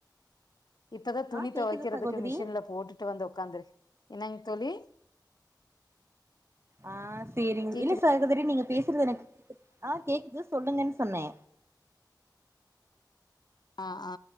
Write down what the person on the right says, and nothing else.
ஆ கேக்குது
சகோதரி
ஆ சேரிங்க
இல்ல சகோதரி நீங்க பேசுறது எனக் ஆ கேக்குது சொல்லுங்கன் சொன்னே